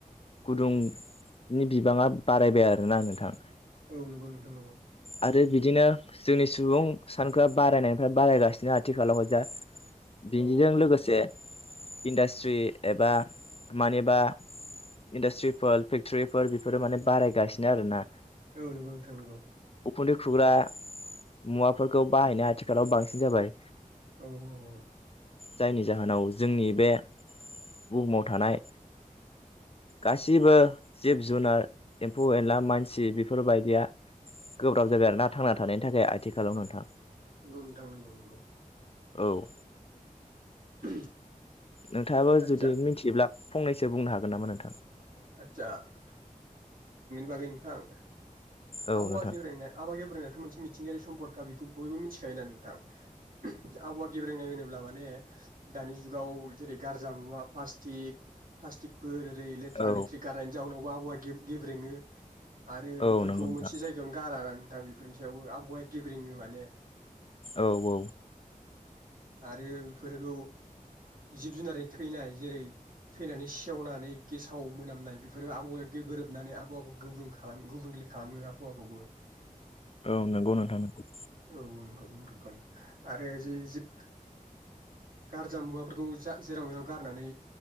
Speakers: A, on the left; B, on the right.
A: गुदुंनि बिबाङा बारायबाय आरोना नोंथां
B: औ नंगौ नोंथां नंगौ
A: आरो बिदिनो जोंनि सुबुं सानखोआ बारायनायनिफ्राय बारायगासिनो आथिखालावह जा बिनिजों
B: औ
A: लोगोसे इन्डास्ट्रि एबा मानिबा इन्डास्ट्रिफोर फेक्टरिफोर बेफोरो माने बारायगासिनो आरोना
B: औ नोंगौ नोंथां नोंगौ
A: खुन्दै खुग्रा मुवाफोरखौ बाहायनाया आथिखालाव बांसिन जाबाय
B: औ औ औ
A: जायनि जाहोनाव जोंनि बे बुहुमाव थानाय गासिबो जिब जुनार एम्फौ एनला मानसि बेफोरबायदिया गोब्राब जाबाय आरो ना थांना थानायनि थाखाय आथिखालाव नोंथां।
B: नंगौ नोंथां नंगौ नंगौ।
A: औ
B: <inaudible>
A: नोंथाङाबो
B: आदसा
A: जुदि मोनथियोब्ला फंनैसो बुंनो हागोन नामा नों
B: आदसा <unintelligible> बागै नोंथां?
A: औ
B: आबहावआ
A: नोंथां
B: गेब्रेंनाय आबहावा गेब्रेनायाथ' मोनसे मिथिंगायारि सम्पदखा बेखौ बयबो मोनथिखायोना नोंथां। आबहावा गेब्रेंनाय होनोब्ला माने दानि जुगाव जेरै गारजा मुवा प्लास्टिक प्लास्टिकफोर ओरै लेथ्रा
A: औ
B: लेथ्रि गारनायनि जाउनावबो आबहावा गे गेब्रेङो। आरो
A: औ
B: बेफोरखौ
A: नंगौ नोंथां
B: मोनसे जायगायावनो गारा नोंथां बेफोरनि सायावबो आबहावाया गेब्रेङो माने ‌।
A: औ औ।
B: <inaudible> आरो बेफोरखौ जिब जुनारनि थैनाय जेरै थैनानै सेवनानै गेसाव मोनामनाय बेफोरबो आबहावाया गो-गोरोबनानै आबहावाखौ गुब्रुं खालामो गुबुंले खालामो आबहावाखौबो।
A: औ नंगौ नोंथां नंगौ
B: औ नंगौ आरो जि-जिब गारजा मुवाफोरखौ जा जेराव मेराव गारनानै